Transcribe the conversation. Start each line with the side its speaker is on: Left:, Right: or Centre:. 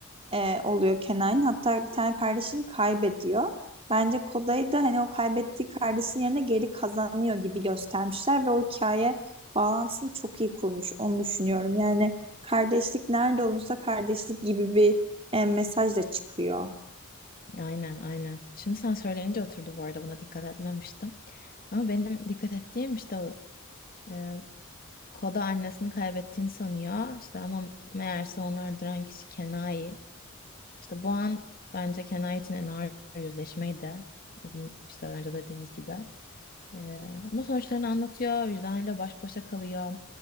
Right: e, oluyor Kenan'ın. Hatta bir tane kardeşini kaybediyor. Bence Koday da hani o kaybettiği kardeşin yerine geri kazanıyor gibi göstermişler ve o hikaye bağlantısını çok iyi kurmuş. Onu düşünüyorum. Yani kardeşlik nerede olursa kardeşlik gibi bir e, mesaj da çıkıyor.
Left: Aynen aynen. Şimdi sen söyleyince oturdu bu arada buna dikkat etmemiştim. Ama benim dikkat ettiğim işte o e, Koda annesini kaybettiğini sanıyor. İşte ama meğerse onu öldüren kişi Kenai. İşte bu an bence Kenai için en ağır yüzleşmeyi de e, bu işte önce dediğimiz gibi. Ee, ama sonuçlarını anlatıyor, vicdanıyla baş başa kalıyor.